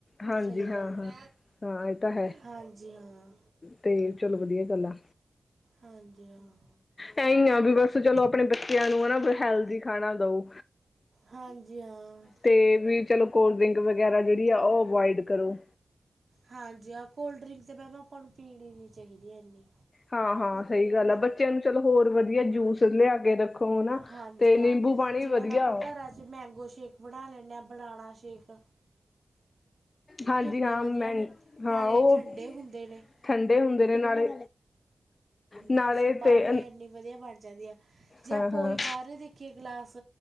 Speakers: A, on the left; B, on the right.
A: ਹਾਂਜੀ
B: ਸਈ
A: ਹਾਂ
B: ਗਾੱਲ
A: ਹਾਂ
B: ਏ,
A: ਹਾਂ ਇਹ ਤਾਂ ਹੈ
B: ਹਾਂਜੀ ਹਾਂ।
A: ਤੇ ਚਲੋ ਵਧੀਆ ਗਾੱਲ ਆ।
B: ਹਾਂਜੀ ਹਾਂ।
A: ਏਈ ਆ ਵੀ ਬਾਸ, ਚਲੋ ਅਪਣੇ ਬੱਚਿਆਂ ਨੂੰ ਹਨਾ ਹੈਲਦੀ ਖਾਣਾ ਦੳ।
B: ਹਾਂਜੀ ਹਾਂ
A: ਤੇ ਵੀ ਚਲੋ, ਕੋਲਡ ਡਰਿੰਕ ਵਗੈਰਾ, ਜਿਹੜੀ ਆ ਉਹ ਅਵੋਇਡ ਕਰੋ।
B: ਹਾਂਜੀ, ਆਹ ਕੋਲਡ ਡਰਿੰਕ ਤਾਂ, ਮੈ ਕਹਾ ਆਪਾਂ ਨੂੰ ਪੀਣੀ ਨਹੀਂ, ਚਾਹੀਦੀ ਇਨੀ।
A: ਹਾਂ, ਹਾਂ ਸਹੀ ਗੱਲ ਆ, ਬੱਚਿਆਂ ਨੂੰ ਚਲੋ ਹੋਰ ਵਧੀਆ ਜੂਸ, ਲਿਆ ਕੇ ਰੱਖੋ। ਉਹ ਨਾ,
B: ਹਾਂਜੀ
A: ਤੇ
B: ਹਾਂ
A: ਨਿੰਬੂ ਪਾਣੀ
B: ਜਿਵੇਂ
A: ਵਧੀਆ
B: ਹੁਣ ਆਪਾਂ ਘਰਾਂ 'ਚ ਮੈਂਗੋ ਸ਼ੇਕ ਬਣਾ ਲੈਂਦੇ ਆ ਬਨਾਣਾ ਸ਼ੇਕ
A: ਹਾਂਜੀ
B: ਕਿੰਨੇ
A: ਹਾਂ
B: ਵਧੀਆ
A: ਮੰਨਟ
B: ਨੇ
A: ਹਾਂ
B: ਨਾਲੇ
A: ਉਹ
B: ਠੰਡੇ ਹੁੰਦੇ ਨੇ
A: ਠੰਡੇ ਹੁੰਦੇ ਨੇ ਨਾਲੇ ਨਾਲੇ
B: ਬਰਫ਼ ਪਾ
A: ਤੇ
B: ਕੇ, ਇੰਨੀ ਵਧੀਆ ਬਣ ਜਾਂਦੀ ਆ, ਜੇ
A: ਹਾਂ-ਹਾਂ
B: ਆਪਈ ਬਾਹਰ ਦੇ ਇੱਕੀ ਗਲਾਸ,